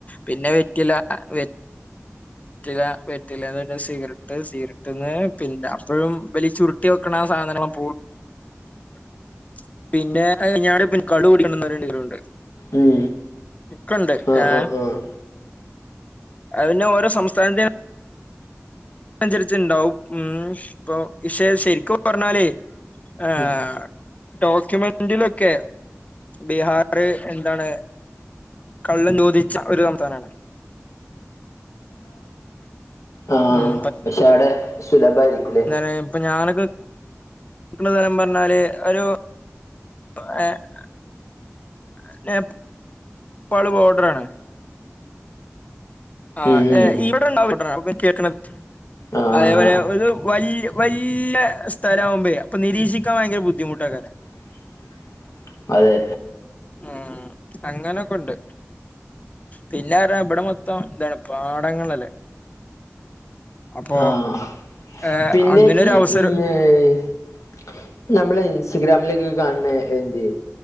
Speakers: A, on the left (about 30°); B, on the left (about 80°).
A: പിന്നെ വെറ്റില വെ വെറ്റില വെറ്റിലേന്ന് പിന്നെ സിഗരട്ട് സീഗരറ്റ്ന്ന് പിന്നെ അപ്പഴും ഇബല് ചുരു ട്ടി വെക്ക്ണ ആ സാധനങ്ങളും <unintelligible> പിന്നെ ഞാരു കുപ്പി കള്ള് കുടിക്കണം ന്നറീണ്ടീവരും ഉണ്ട്
B: ഉം
A: ഒക്കണ്ട്
B: ആഹ്
A: ഏഹ്
B: ആഹ് ആഹ്
A: അത് പിന്നെ ഓരോ സംസ്ഥാനത്തിന് അന്സരിച്ച്ണ്ടാവും ഉം ഇപ്പോ ശെ ശെരിക്കും പർഞ്ഞാലേ ആഹ്
B: ഉം
A: ഡോക്യുമെന്റിലൊക്കെ ബീഹാറ് എന്താണ് കള്ള് നിരോധിച്ച ഒരു സംസ്ഥാനാണ്
B: ആഹ്
A: ഉം
B: പക്ഷെ അവടെ സുലഭായിരിക്കൂലെ
A: ഏഹ് ഇപ്പൊ ഞാനൊക്കെ <unintelligible> സ്ഥലം പർഞ്ഞാല് ഒരു <unintelligible> <unintelligible> പ്പാള് ബോർഡറാണ്. ആഹ്
B: ഉം ഉം
A: ഏഹ് ഇവിടെ ഇണ്ടാവും <unintelligible> <inaudible> കേക്കണത്
B: ആഹ്
A: അതേപോലെ
B: ആഹ്
A: ഒരു വൽ വല്യ സ്ഥലവുമ്പഴെ അപ്പൊ നിരീക്ഷിക്കാൻ ഭയങ്കര ബുദ്ധിമുട്ട് ട്ടാക്കാരെ
B: <inaudible> അതെ
A: ഉം, അങ്ങനൊക്കെ ഇണ്ട് പിന്നെ ആരാ ഇവിടെ മൊത് ത്തം ഇതാ പാടങ്ങളല്ലേ അപ്പൊ
B: ആഹ്
A: ഏഹ്
B: പിന്നെ
A: അങ്ങനൊരു
B: ഈ <unintelligible>
A: അവസരം
B: നമ്മള് ഇൻസ്റ്റഗ്രാമിലൊക്കെ കാണണ എന്ത്യേ